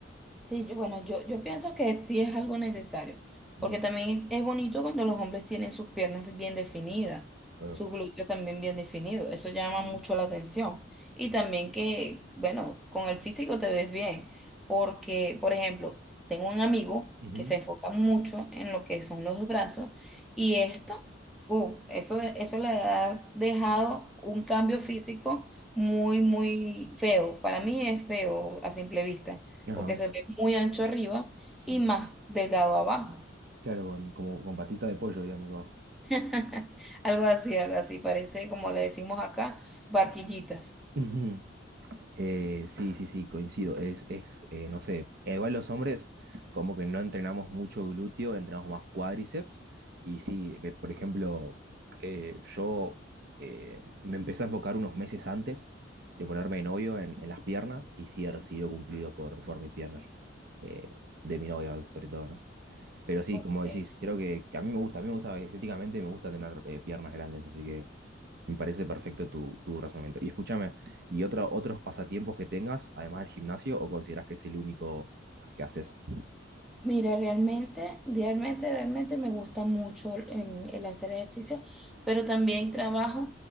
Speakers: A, in the centre; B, on the right.
A: Sí, yo, bueno, yo, yo pienso que sí es algo necesario,
B: Ujú.
A: porque también es bonito cuando los hombres tienen sus piernas bien definidas,
B: Ah,
A: sus glúteos también bien definidos, eso llama
B: ujú,
A: mucho la atención. Y también que, bueno, con el físico te ves bien, porque, por ejemplo, tengo un amigo
B: Ujú.
A: que se enfoca mucho en lo que son los brazos y esto, uh, eso, eso le ha dejado un cambio físico muy, muy feo. Para mí es feo a simple vista
B: Ajá.
A: porque se ve muy ancho arriba
B: sí.
A: y más delgado abajo.
B: Claro, con, como con patita de pollo, digamos, abajo.
A: <laughs> Algo así, algo así, parece como le decimos acá, barquillitas.
B: <laughs> Eh, sí, sí, sí, coincido. Es, es eh, no sé, igual los hombres como que no entrenamos mucho glúteo, entrenamos más cuádriceps. Y sí, eh, por ejemplo, eh, yo eh, me empecé a enfocar unos meses antes de ponerme de novio en, en las piernas y sí he recibido cumplido por, por mis piernas, eh, de mi novia sobre todo, ¿no? Pero sí,
A: Ok,
B: como
A: ok.
B: decís, creo que, que a mí me gusta, a mí me gusta estéticamente, me gusta tener eh, piernas grandes, así que me parece perfecto tu, tu razonamiento. Y escúchame, ¿y otro, otros pasatiempos que tengas, además del gimnasio, o consideras que es el único que haces?
A: Mira, realmente, realmente, realmente me gusta mucho el, el hacer ejercicio, pero también trabajo